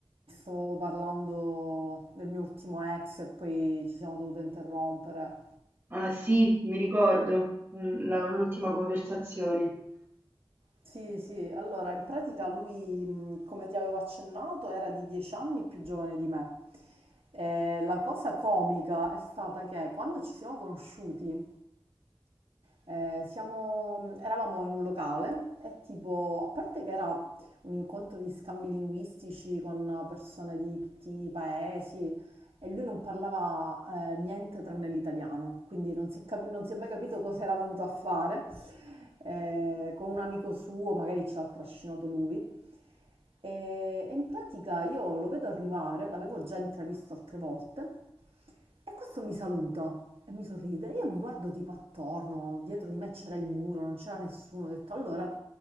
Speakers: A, on the right; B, on the right.
A: Stavo parlando del mio ultimo ex e poi ci siamo dovuti interrompere.
B: Ah sì, mi ricordo l- la- l'ultima conversazione.
A: Sì, sì, allora in pratica lui, mh, come ti avevo accennato, era di 10 anni più giovane di me. E la cosa comica è stata che quando ci siamo conosciuti, Eh, siamo- eravamo in un locale e tipo, a parte che era un incontro di scambi linguistici con persone di tutti i paesi e lui non parlava eh, niente tranne l'italiano, quindi non si è capi- non si è mai capito cosa era venuto a fare. Eh, con un amico suo, magari ce l'ha trascinato lui. E, e in pratica io lo vedo arrivare, l'avevo già intravisto altre volte, e questo mi saluta e mi sorride. Io mi guardo tipo attorno, dietro di me c'era il muro, non c'era nessuno. Ho detto, allora